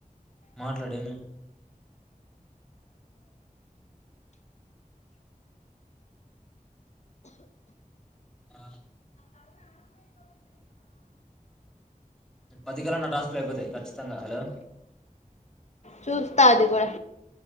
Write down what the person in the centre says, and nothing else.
మాట్లాడేమి ఆ పది కలా నా టాస్కులు అయిపోతాయి ఖచ్చితంగా హలో